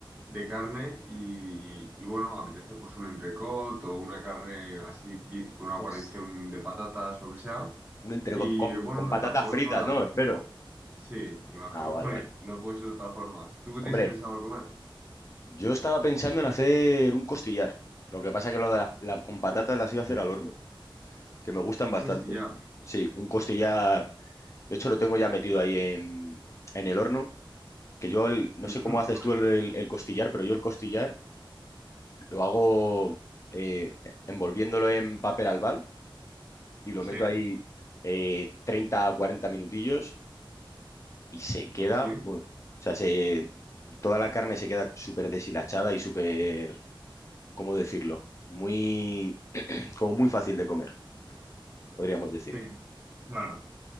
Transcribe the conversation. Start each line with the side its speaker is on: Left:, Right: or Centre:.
Right: de carne y, y bueno, me apetece pues un entrecot o una carne así bien- con una
Left: Uf.
Right: guarnición de patatas, lo que sea.
Left: Un entrecot
Right: Y
Left: con,
Right: bueno,
Left: con
Right: no,
Left: patatas
Right: tampoco
Left: fritas,
Right: tengo nada
Left: ¿no?
Right: muy
Left: Espero.
Right: fijo. Sí, imagino,
Left: Ah, vale,
Right: <laughs> hombre,
Left: vale.
Right: no puede ser de otra forma. ¿Tú qué
Left: Hombre,
Right: te has pensado comer?
Left: yo estaba pensando en hacer un costillar. Lo que pasa que lo de la- la- con patatas las iba a hacer al horno, que me gustan
Right: Un
Left: bastante.
Right: costillar.
Left: Sí, un costillar. De hecho, lo tengo ya metido ahí en, en el horno. que yo el- no
Right: Ujú.
Left: sé cómo haces tú el, el- el costillar, pero yo el costillar lo hago eh, envolviéndolo en papel albal y lo
Right: Sí.
Left: meto ahí eh, 30 a 40 minutillos y se queda,
Right: Sí,
Left: bueno, o sea, se, toda la carne se queda súper deshilachada y súper, ¿cómo decirlo? Muy, como muy fácil de comer, podríamos decir.
Right: sí, claro,